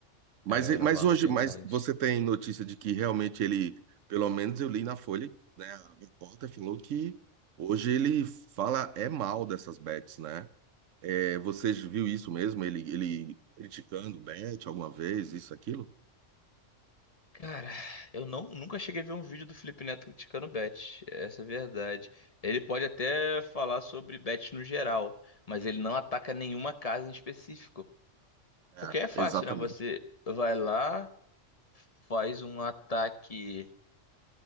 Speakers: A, on the right (about 85°); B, on the left (about 35°).
A: Mas,
B: É, Era
A: mas
B: um valor
A: hoje,
B: bem
A: mas
B: grande.
A: você tem notícia de que realmente ele, pelo menos eu li na Folha, né, a repórter falou que hoje ele fala é mal dessas bets, né? É, vocês viu isso mesmo? Ele, ele criticando o Bet alguma vez, isso, aquilo?
B: Cara, eu não, nunca cheguei a ver um vídeo do Felipe Neto criticando bet, essa é a verdade. Ele pode até falar sobre bet no geral, mas ele não ataca nenhuma casa em específico.
A: É,
B: Porque é fácil,
A: exatamente.
B: né? Você vai lá, faz um ataque